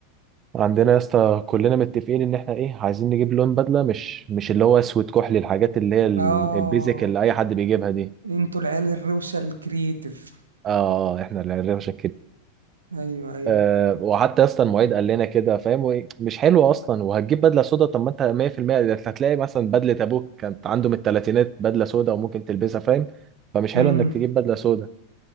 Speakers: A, on the right; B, on the right.
A: عندنا يا اسطى كلنا متفقين ان احنا ايه عايزين نجيب لون بدله مش مش اللي هو اسود كحلي الحاجات اللي هي ال-
B: اه
A: البيزك اللي اي حد بيجيبها دي
B: انتوا العيال الروشة الكرييتيف
A: اه آه، احنا اللي هنرفش
B: ايوه ايوه
A: آه، وحتى اصلا المعيد قال لنا كده فاهم وإيه، مش حلو اصلا وهتجيب بدله سودا طب ما انت 100% ده هتلاقي مثلا بدله ابوك كانت عنده من الثلاثينات بدله سودا وممكن تلبسها فاهم فمش حلو
B: امم
A: انك تجيب بدله سودا